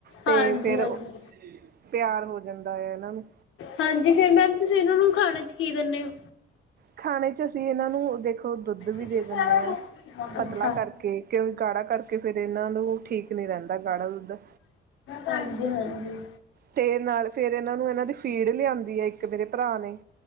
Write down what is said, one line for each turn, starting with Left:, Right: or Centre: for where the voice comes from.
Right: ਤੇ
Left: ਹਾਂਜੀ
Right: ਫੇਰ
Left: ਹਾਂਜੀ
Right: ਪਿਆਰ ਹੋ ਜਾਂਦਾ ਹੈ, ਇਹਨਾਂ ਨੂੰ
Left: ਹਾਂਜੀ ਫਿਰ ਮੈਮ, ਤੁਸੀਂ ਇਹਨਾਂ ਨੂੰ ਖਾਣੇ 'ਚ ਕੀ ਦਿੰਦੇ ਹੋ?
Right: ਖਾਣੇ 'ਚ ਅਸੀਂ ਇਹਨਾਂ ਨੂੰ, ਦੇਖੋ ਦੁੱਧ ਵੀ
Left: ਅੱਛਾ
Right: ਦੇ
Left: ਅੱਛਾ
Right: ਦਿੰਦੇ
Left: ਜੀ।
Right: ਆਾਂ
Left: ਹਾਂਜੀ
Right: ਪਤਲਾ ਕਰਕੇ, ਕਿਉਂਕਿ ਗਾੜਾ ਕਰਕੇ ਫੇਿਰ ਇਹਨਾਂ ਨੂੰ ਠੀਕ ਨੀ ਰਹਿੰਦਾ, ਗਾੜਾ ਦੁੱਧ।
Left: ਹਾਂਜੀ, ਹਾਂਜੀ।
Right: ਤੇ ਨਾਲ, ਫੇਿਰ ਇਹਨਾਂ ਨੂੰ ਇਹਨਾਂ ਦੀ ਫੀਡ ਲਿਆਂਦੀ ਹੈ ਮੇਰੇ ਭਰਾ ਨੇ,